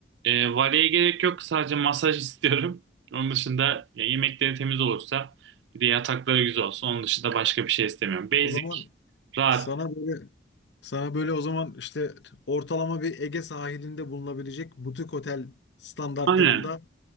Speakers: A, on the right; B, on the left.
A: E, valeye gerek yok. Sadece masaj <laughs> istiyorum. Onun dışında ya, yemekleri temiz olursa bir de yatakları güzel olsun. Onun dışında başka bir şey istemiyorum. Basic,
B: O zaman
A: rahat.
B: sana böyle sana böyle o zaman işte ortalama bir Ege sahilinde bulunabilecek butik otel standartlarında
A: Aynen,